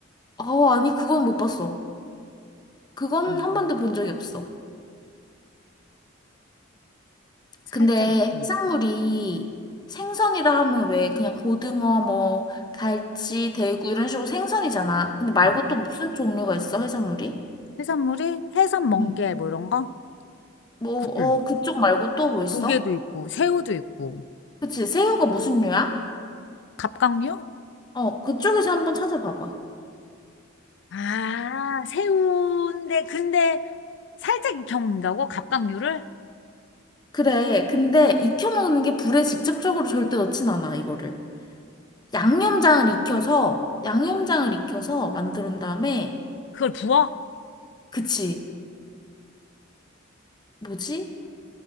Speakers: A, on the left; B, on the left.
A: 어, 아니, 그건 못 봤어. 그건
B: 음,
A: 한 번도 본 적이 없어.
B: 살짝
A: 근데
B: 익힌
A: 해산물이 생선이라 하면 왜 그냥 고등어, 뭐, 갈치, 대구 이런 식으로 생선이잖아. 근데
B: 거.
A: 말고
B: 음.
A: 또 무슨 종류가 있어, 해산물이?
B: 해산물이 해산 멍게
A: 응.
B: 뭐 이런 거?
A: 뭐,
B: 굴.
A: 어, 그쪽 말고 또 뭐 있어?
B: 조개도 있고, 새우도 있고.
A: 그치, 새우가 무슨 류야?
B: 갑각류?
A: 어, 그쪽에서 한번 찾아봐봐.
B: 아, 새우인데, 근데 살짝 익혀 먹는다고? 갑각류를?
A: 그래, 근데 익혀 먹는 게 불에 직접적으로 절대 넣진 않아, 이거를. 양념장을 익혀서, 양념장을 익혀서 만든 다음에,
B: 그걸 부어?
A: 그치, 뭐지?